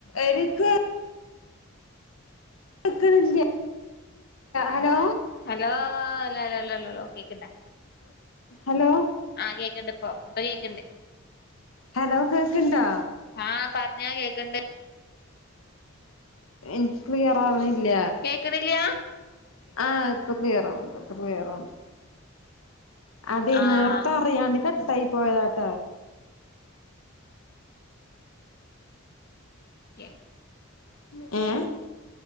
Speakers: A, on the left; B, on the left.
A: എനിക്ക് ക്ക്ണില്ലേ ആഹലോ
B: ഹലോ ല ല ല ലാലോ കേക്ക്ണ്ടാ
A: ഹലോ
B: ആഹ് കേക്കണ്ട് ഇപ്പ പ്പ കേക്ക്ണ്ട്
A: ഹലോ കേൾക്ക്ണ്ടോ
B: ആഹ പറഞ്ഞോകേക്ക്ണ്ട്
A: എൻക് ക്ലിയറാവണില്ല
B: കേക്ക്ണില്ല്യാ
A: ആഹ് പ്പ ക്ലിയറാവ് ണ്ട് പ്പ ക്ലിയറാവ്ണ്ട് അതേ യ്
B: ആഹ്
A: നേർത്ത പറിയാണ്ട് കട്ടായി പോയതാട്ട
B: എ
A: എ